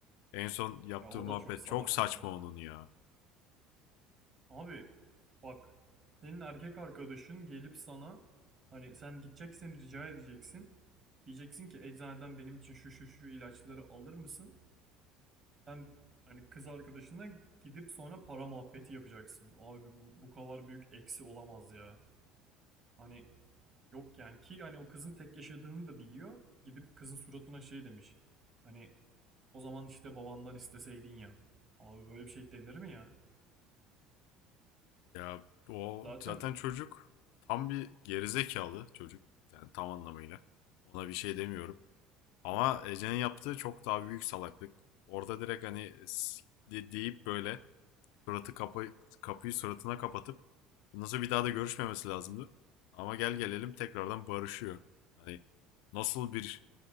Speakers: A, on the left; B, on the right.
A: En son yaptığı
B: Ya o
A: muhabbet
B: da çok salak
A: çok saçma
B: ya.
A: onun ya.
B: Abi bak senin erkek arkadaşın gelip sana hani sen gideceksin rica edeceksin. Diyeceksin ki eczaneden benim için şu şu şu ilaçları alır mısın? Sen hani kız arkadaşına gidip sonra para muhabbeti yapacaksın. Abi bu, bu kadar büyük eksi olamaz ya. Hani yok yani ki hani o kızın tek yaşadığını da biliyor. Gidip kızın suratına şey demiş. Hani o zaman işte babandan isteseydin ya. Abi böyle bir şey denir mi ya?
A: Ya o
B: Zaten
A: zaten çocuk tam bir gerizekalı çocuk. Yani tam anlamıyla. Ona bir şey demiyorum. Ama Ece'nin yaptığı çok daha büyük salaklık. Orada direkt hani s- de- deyip böyle suratı kapı, kapıyı suratına kapatıp nasıl bir daha da görüşmemesi lazımdı. Ama gel gelelim tekrardan barışıyor. Hani nasıl bir